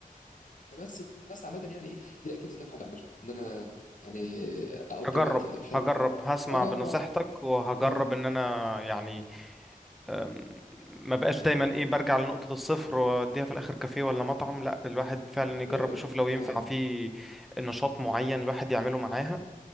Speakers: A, on the left; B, in the centre.
A: فبس بس عامه يعني ايه دي الاكتيفيتيز اللي انا بحب اعملها ان انا يعني اقضي
B: هجرب
A: وقت حلو
B: هجرب هسمع
A: اجرب
B: بنصيحتك وهجرب
A: اه
B: ان انا يعني أم، ما بقاش دايما ايه برجع لنقطة الصفر واديها في الاخر كافيه ولا مطعم لا الواحد فعلا
A: لا
B: يجرب
A: لا لا
B: يشوف لو ينفع
A: اه
B: في نشاط معين الواحد يعمله معاها